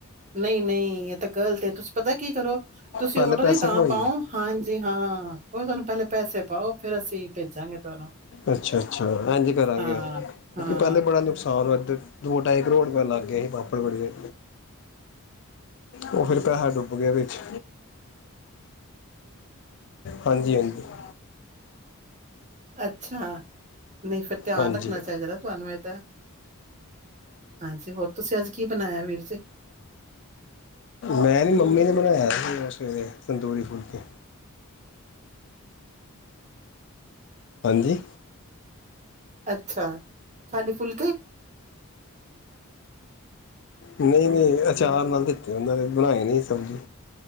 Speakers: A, on the right; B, on the left.
A: ਨਹੀਂ-ਨਹੀਂ ਇਹ ਤਾਂ ਗ਼ਲਤ ਹੈ ਤੁਸੀਂ ਪਤਾ ਕੀ ਕਰੋ ਤੁਸੀਂ
B: ਪਹਿਲੇ
A: ਔਡਰ
B: ਪੈਸੇ
A: ਹੀ ਤਾਂ
B: ਪਵਾਈਏ
A: ਪਾਓ, ਹਾਂਜੀ ਹਾਂ ਉਹ ਤੁਹਾਨੂੰ ਪਹਿਲੇ ਪੈਸੇ ਪਾਓ। ਫੇਰ ਅਸੀਂ ਭੇਜਾਂਗੇ ਤੁਹਾਨੂੰ।
B: ਅੱਛਾ-ਅੱਛਾ ਇੰਜ ਕਰਾਂਗੇ
A: ਹਾਂ,
B: ਕਿਉਂਕਿ
A: ਹਾਂ
B: ਪਹਿਲੇ ਬੜਾ ਨੁਕਸਾਨ ਇੱਧਰ ਦੋ ਢਾਈ ਕਰੋੜ ਰੁਪਇਆ ਲੱਗ ਗਿਆ ਹੀ ਪਾ ਪਾਪੜ ਵੜੀਆ ਉਹ ਫਿਰ ਪੈਹਾ ਡੁੱਬ ਗਿਆ ਵਿੱਚ। ਹਾਂਜੀ-ਹਾਂਜੀ <inaudible>
A: ਅੱਛਾ। ਨਹੀਂ ਫਿਰ ਧਿਆਨ
B: ਹਾਂਜੀ
A: ਰੱਖਣਾ ਚਾਹੀਦਾ ਨਾ ਤੁਹਾਨੂੰ ਇਹ ਤਾਂ ਹਾਂਜੀ ਹੋਰ ਤੁਸੀਂ ਅੱਜ ਕੀ ਬਣਾਇਆ ਵੀਰ ਜੀ।
B: ਮੈਂ ਨਹੀਂ ਮੰਮੀ ਨੇ ਬਣਾਇਆ ਸਿ ਸਵੇਰੇ ਤੰਦੂਰੀ ਫੁਲਕੇ ਹਾਂਜੀ।
A: ਅੱਛਾ ਖਾਲੀ ਫੁਲ
B: ਨਹੀਂ ਨਹੀਂ ਅਚਾਰ ਨਾਲ ਦਿੱਤੇ ਉਹਨਾਂ ਨੇ ਬਣਾਏ, ਨੀ ਸਬਜ਼ੀ